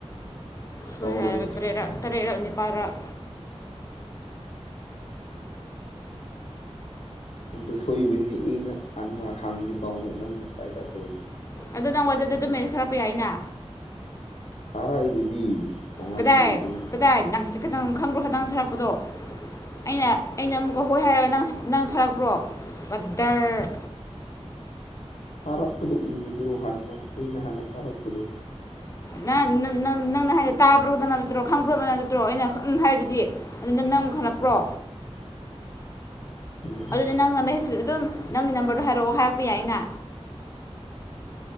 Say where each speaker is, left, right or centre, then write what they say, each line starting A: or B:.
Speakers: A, on the left (about 30°); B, on the left (about 75°).
A: ꯁꯣꯏ
B: ꯇꯧꯔꯣꯏ
A: ꯍꯥꯏꯔꯒ ꯇꯔꯦꯠꯔꯛ ꯇꯔꯦꯠꯔꯛ ꯅꯤꯄꯥꯜꯔꯛ꯫
B: ꯑꯗꯣ ꯁꯣꯏꯕꯅꯤ ꯑꯩꯅ ꯍꯥꯟꯅ ꯍꯥꯡꯒꯦ ꯇꯥꯎꯕ ꯅꯪꯅ ꯄꯥꯏꯈꯠꯇꯕꯗꯨ꯫
A: ꯑꯗꯨ ꯅꯪ ꯋꯥꯠꯆꯦꯞꯇꯁꯨ ꯃꯦꯁꯦꯖ ꯊꯔꯛꯄ ꯌꯥꯏꯅ꯫
B: ꯊꯥꯔꯛꯏꯗꯨꯗꯤ, ꯑꯣꯟꯂꯥꯏꯟꯁꯨ
A: ꯀꯗꯥꯏ
B: ꯂꯩꯇꯦ ꯅꯪ
A: ꯀꯗꯥꯏ ꯅꯪ ꯖꯤꯛꯈꯇꯪ ꯈꯪꯕ꯭ꯔꯣ ꯈꯇꯪ ꯊꯥꯔꯛꯄꯗꯣ꯫ ꯑꯩꯅ ꯑꯩꯅ ꯑꯃꯨꯛꯀ ꯍꯣꯏ ꯍꯥꯏꯔꯒ ꯅꯪ ꯅꯪ ꯊꯥꯔꯛꯄ꯭ꯔꯣ? ꯀꯗꯔ,
B: ꯊꯥꯔꯛꯄꯗꯣ ꯎꯔꯗ꯭ꯔꯣ ꯍꯥꯟꯅ ꯑꯩꯅ ꯍꯥꯟꯅ ꯊꯥꯔꯛꯄꯗꯣ꯫
A: ꯅꯪ ꯅꯪ ꯅꯪꯅ ꯍꯥꯏꯗꯤ ꯇꯥꯕ꯭ꯔꯣꯗ ꯅꯠꯇ꯭ꯔꯣ ꯈꯪꯕ꯭ꯔꯣꯗ ꯅꯠꯇ꯭ꯔꯣ ꯑꯩꯅ ꯎꯝ ꯍꯥꯏꯗꯨꯗꯤ꯫ ꯑꯗꯨ ꯅꯪ ꯑꯃꯨꯛ ꯍꯜꯂꯛꯄ꯭ꯔꯣ?
B: ꯎꯝ
A: ꯑꯗꯨꯗ ꯅꯪꯅ ꯃꯦꯁ ꯑꯗꯨꯝ ꯅꯪꯒꯤ ꯅꯝꯕꯔꯗꯣ ꯍꯥꯏꯔꯛꯑꯣ ꯍꯥꯏꯔꯛꯄ ꯌꯥꯏꯅ꯫